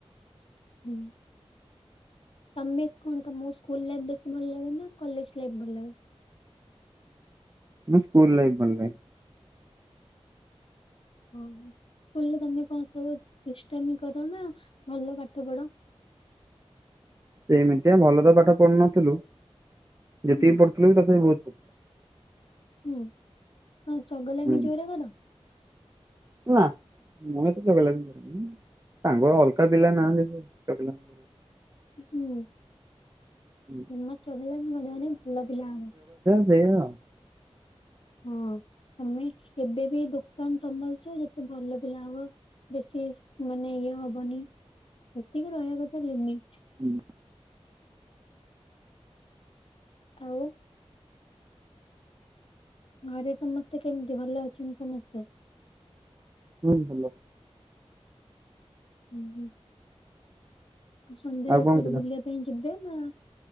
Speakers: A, on the left; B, on the right.
A: ହୁଁ ତମେ କଣ ତମ ସ୍କୁଲ ଲାଇଫି ବେଶୀ ଭଲ ଲାଗେନା କଲେଜ ଲାଇଫି ଭଲ ଲାଗେ।
B: ମୁଁ ସ୍କୁଲ ଲାଇଫ ବଲେ
A: ଓହୋ ସ୍କୁଲରେ ତମେ କଣ ସବୁ ଦୁଷ୍ଟାମି କର ନା ଭଲ ପାଠ ପଢ?
B: ସେ ଏମିତିଆ ଭଲ ତ ପାଠ ପଢୁନଥିଲୁ ଯେତିକି
A: ହୁଁ
B: ପଢୁଥିଲେ ବି ତଥାପି ବହୁତ।
A: ହୁଁ, କ ଚଗଲାମି
B: ହୁଁ
A: ଜୋରେ କର?
B: ନା ମୁଁ ତ ଚଗଲାମି ବର ସାଙ୍ଗ ଅଲକା ପିଲା ନା ଦେ ଚକଲା ବ-
A: ହୁଁ।
B: ହୁଁ
A: ଏ ଚଗଲାମି ମନେ ମନେ ଭଲ ପିଲା ହବ।
B: ସେୟା ଆଉ।
A: ହଁ ଆମେ ଏବେ ବି ଦୋକାନ ସମ୍ଭାଳୁଛୁ ଯେତେ ଭଲ ପିଲା ହବ ବେଶୀ ମାନେ ଇଏ ହବନି ଏତିକି ରହିବା କଥା ଲିମିଟ୍।
B: ହୁଁ
A: ଆଉ। ଘରେ ସମସ୍ତେ କେମିତି ଭଲ ଅଛନ୍ତି ସମସ୍ତେ?
B: ହୁଁ ଭଲ।
A: ହୁଁ ହୁଁ। ଆଉ ସନ୍ଧ୍ୟା ବେଳେ
B: କଣ
A: କୁଆଡେ
B: ଥିଲା
A: ବୁଲିବା ପାଇଁ ଯିବେ ନା